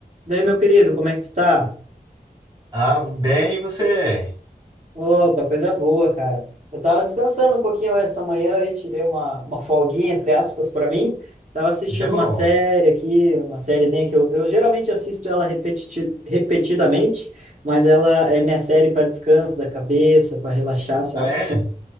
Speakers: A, on the right; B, on the right.
A: Daí, meu querido, como é que tu tá?
B: Ah, bem, você é.
A: Opa, coisa boa, cara. Eu tava descansando um pouquinho essa manhã e tirei uma, uma folguinha, entre aspas, para mim. Tava assistindo
B: Isso é bom.
A: uma série aqui, uma sériezinha que eu, eu geralmente assisto ela repetiti repetidamente, mas ela é minha série para descanso da cabeça, para relaxar, sabe?
B: Ah, é?